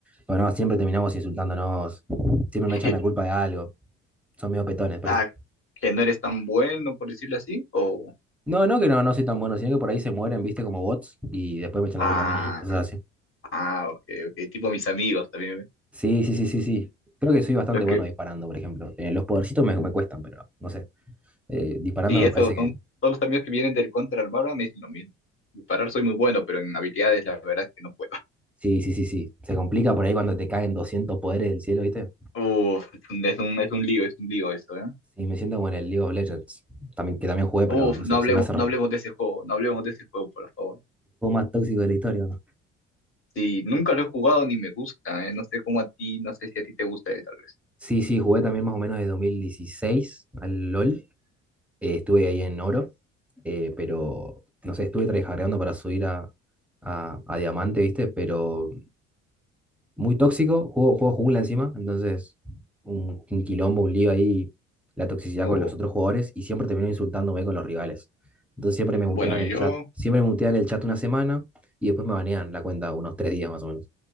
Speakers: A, in the centre; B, on the left.
A: pero no, siempre terminamos insultándonos, siempre
B: <laughs>
A: me echan la culpa de algo, son medio petones, por
B: Ah,
A: eso.
B: que no eres tan bueno, por decirlo así. O,
A: No, no que no, no soy tan bueno, sino que por ahí se mueren, ¿viste? Como bots, y después me echan
B: ah,
A: la culpa a mí, cosas así.
B: ah, ok, ok. Tipo mis amigos también. ¿eh?
A: Sí, sí, sí, sí, sí. Creo que soy bastante
B: Los que,
A: bueno disparando, por ejemplo. Eh, los podercitos me, me cuestan, pero no sé. Eh, disparando
B: Sí,
A: me
B: eso
A: parece que,
B: son todos los amigos que vienen del Counter al Valorant me dicen lo mismo. Disparar soy muy bueno, pero en habilidades la verdad es que no puedo.
A: Sí, sí, sí, sí. Se complica por ahí cuando te caen 200 poderes del cielo, ¿viste?
B: <laughs> Uf, es un, es un, es un lío, es un lío eso, ¿eh?
A: Sí, me siento como en el League of Legends, también, que también jugué, pero
B: Uf,
A: no
B: no
A: sé,
B: hablemos,
A: se me hace raro.
B: no hablemos de ese juego, no hablemos de ese juego, por favor.
A: Juego más tóxico de la historia, ¿no?
B: Sí, nunca lo he jugado ni me gusta, ¿eh? No sé cómo a ti, no sé si a ti te gusta, eh, tal vez.
A: Sí, sí, jugué también más o menos de 2016 al LOL. eh, estuve ahí en oro, eh, pero no sé, estuve tryhardeando para subir a, a, a diamante, ¿viste? Pero muy tóxico, juego, juego jungla encima, entonces un, un quilombo, un lío ahí, la toxicidad
B: Uf,
A: con los otros jugadores y siempre termino insultándome con los rivales. Entonces siempre me
B: bueno,
A: mutean
B: yo,
A: el chat, siempre me mutean el chat una semana y después me banean la cuenta unos tres días más o menos.